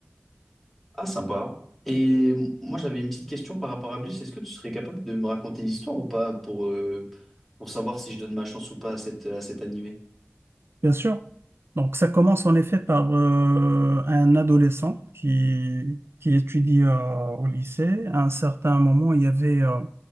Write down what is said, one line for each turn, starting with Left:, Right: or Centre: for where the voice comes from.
Centre: Ah, sympa. Et moi, j'avais une petite question par rapport à Bleach. Est-ce que tu serais capable de me raconter l'histoire ou pas pour, euh, pour savoir si je donne ma chance ou pas à cette, à cet animé?
Right: Bien sûr. Donc ça commence en effet par euh, un adolescent qui, qui étudie euh, au lycée. À un certain moment, il y avait, euh,